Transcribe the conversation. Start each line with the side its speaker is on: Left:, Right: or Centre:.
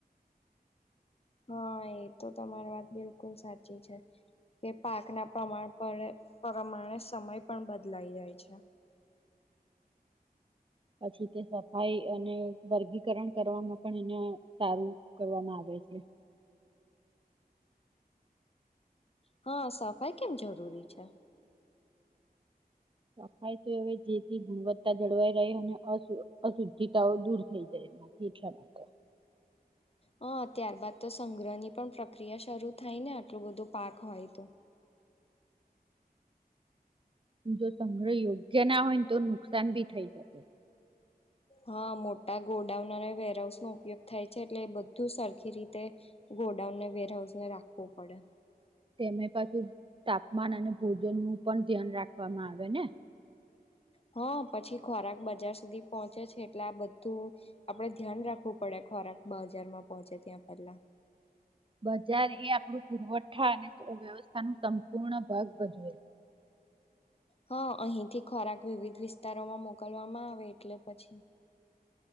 Left: હા એ તો તમારી વાત બિલકુલ સાચી છે. કે પાકના પ્રમાણ પ્રમાણે સમય પણ બદલાઈ જાય છે.
Right: પછી તે સફાઈ અને વર્ગીકરણ કરવામાં પણ એને સારું કરવામાં આવે છે.
Left: હા સફાઈ કેમ જરૂરી છે?
Right: સફાઈ તો એ જેથી ગુણવત્તા જળવાઈ રહે અને અશુદ્ધિતાઓ દૂર થઈ જાય એમાંથી એટલા માટે.
Left: હ ત્યારબાદ તો સંગ્રહની પણ પ્રક્રિયા શરૂ થાય ને આટલું બધું પાક હોય તો.
Right: જો સંગ્રહ યોગ્ય ના હોય ને તો નુકસાન ભી થઈ શકે.
Left: હા મોટા ગોડાઉન અને વેરહાઉસનો ઉપયોગ થાય છે એટલે એ બધું સરખી રીતે ગોડાઉનને વેરહાઉસ ને રાખવો પડે.
Right: તેમે પાછું તાપમાન અને ભોજન નું પણ ધ્યાન રાખવામાં આવે ને.
Left: હા પછી ખોરાક બજાર સુધી પહોંચે છે. એટલે આ બધું આપડે ધ્યાન રાખવું પડે ખોરાક બજારમાં પહોંચે ત્યાં પહેલા.
Right: બજાર એ આપડું પુરવઠ ઠં અને વ્યવસ્થા નું સંપૂર્ણ ભાગ ભજવે.
Left: હા અહીંથી ખોરાક વિવિધ વિસ્તારોમાં મોકલવામાં આવે એટલે પછી.